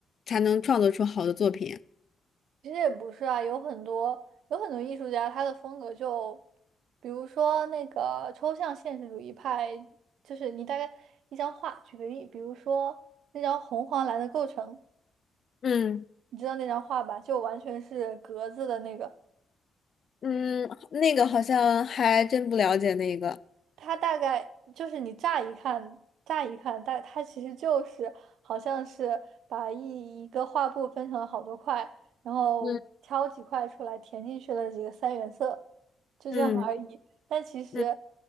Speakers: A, on the left; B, on the right.
A: 才能创作出好的作品。
B: 其实也不是啊，有很多有很多艺术家，他的风格就，比如说那个抽象现实主义派，就是你大概一张画，举个例，比如说那张红黄蓝的构成，
A: 嗯。
B: 你知道那张画吧，就完全是格子的那个，
A: 嗯，那个好像还真不了解那个。
B: 它大概就是你乍一看，乍一看，但它其实就是好像是把一一个画布分成了好多块，然后挑几块出来填进去了几个三原色，
A: 嗯
B: 就这样而已。
A: 嗯
B: 但其实
A: 嗯